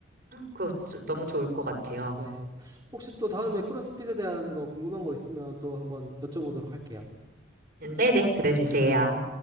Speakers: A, on the right; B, on the right.
A: 그거 주- 너무 좋을 것 같아요.
B: 네. 혹시 또 다음에 크로스핏에 대한 거 궁금한 거 있으면 또 한번 여쭤보도록 할게요.
A: 음, 네네. 그래 주세요.